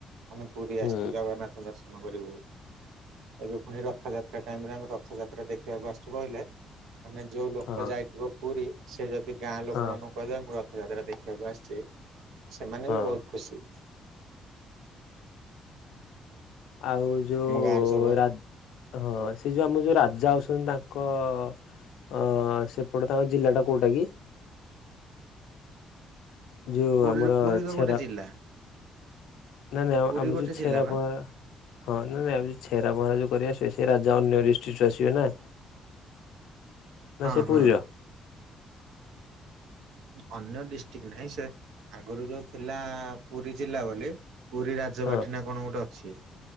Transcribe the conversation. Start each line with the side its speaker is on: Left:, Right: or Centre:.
Right: ଆମେ ପୁରୀ
Left: ହୁଁ
Right: ଆସିଛୁ ଜଗନ୍ନାଥ ଦର୍ଶନ କରିବୁ ଏବେ ପୁଣି ରଥଯାତ୍ରା ଟାଇମ ରେ ଆମେ ରଥଯାତ୍ରା ଦେଖିବାକୁ ଆସିଛୁ କହିଲେ ମାନେ ଯୋଉ ଲୋକ
Left: ହଁ
Right: ଯାଇଥିବ ପୁରୀ ସେ ଯଦି ଗାଁ ଲୋକ
Left: ହଁ
Right: ମାନଙ୍କୁ ମୁଁ ରଥଯାତ୍ରା ଦେଖିବାକୁ ଆସିଛି ସେମାନେ
Left: ହଁ
Right: ବି ବହୁତ ଖୁସି
Left: ଆଉ ଯୋଉ
Right: ଆମ ଗାଁରେ ସବୁ
Left: ରାଜ ହଁ ସେ ଯୋଉ ଆମ ଯୋଉ ରାଜା ଅଉଛନ୍ତି ତାଙ୍କ ଅ ସେପଟେ ତାଙ୍କ ଜିଲ୍ଲା ଟା କୋଉଟା କି ଯୋଉ
Right: ପୁରୀରେ
Left: ଆମର
Right: ପୁରୀ ତ
Left: ଛେରା
Right: ଗୋଟେ ଜିଲ୍ଲା
Left: ନାଇ ନାଇଁ
Right: ପୁରୀ
Left: ଆମର
Right: ଗୋଟେ
Left: ଯୋଉ
Right: ଜିଲ୍ଲା
Left: ଛେରା
Right: ବା
Left: ପହଁରା ହଁ ନା ନାଇ ଆଉ ଯଉ ଛେରା ମହରାା ଯୁ କରିବା ଆସିବେ ସେ ରାଜା ଅନ୍ୟ ଡିଷ୍ଟ୍ରିକ୍ଟୁ ଆସିବେ ନା
Right: <inaudible>
Left: ମା
Right: ହଁ
Left: ସେ
Right: ହଁ
Left: ପୁରୀର
Right: ଅନ୍ୟ ଡିଷ୍ଟ୍ରିକ୍ଟ ନାହିଁ ସେ ଆଗରୁ ଯୋଉ ଥିଲା ପୁରୀ ଜିଲ୍ଲା ବୋଲି। ପୁରୀ ରାଜବାଟି
Left: ହଁ
Right: ନା କଣ ଗୋଟେ ଅଛି